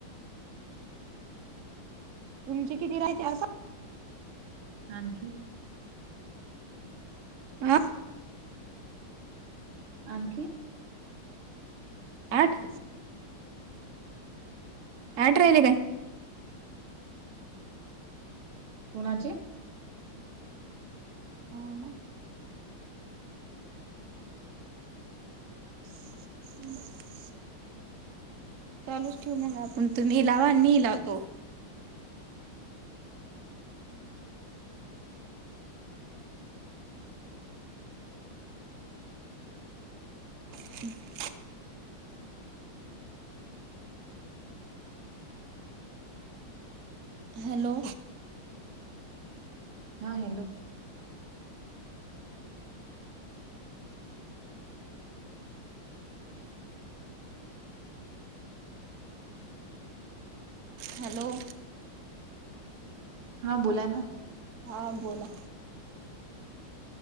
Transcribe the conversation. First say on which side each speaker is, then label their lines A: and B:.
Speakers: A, on the right; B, on the right.
A: तुमची किती राहे चार पा
B: आणखी
A: आं
B: आणखी
A: आठ आठ राहिले काय?
B: कोणाची?
A: हो ना? बा <unintelligible> चालूच ठेवू मग आपण तुम्हीही लावा आणि मी हि लावतो. हम् <unintelligible> हॅलो!
B: हा हॅलो!
A: हॅलो!
B: हा बोला ना.
A: हा बोला.